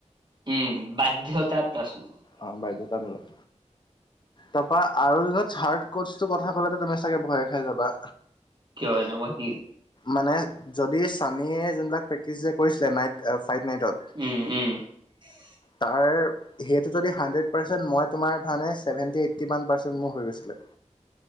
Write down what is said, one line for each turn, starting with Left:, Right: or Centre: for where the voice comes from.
Right: উম বাধ্যতাত আছোঁ।
Left: অ বাধ্যতামোলক তাৰপা আৰু দত চাৰ্ট কতচটো কথা কলে তুমি চাগে ভয়ে খাই যাবা
Right: কিয় এনেকুৱা কি
Left: মানে যদি সানীয়ে যোনবিলাক প্ৰেক্টিচ যে কৰিছিলে নাইট ফাইট নাইটত
Right: উম উম, বিচাৰি
Left: তাৰ সেইটো যদি হাণ্ড্ৰেট পাৰ্চেণ্ট মই তোমাৰ চেভেন্তি এইটি ওৱান পাৰ্চেন মান হৈ গৈছিলে।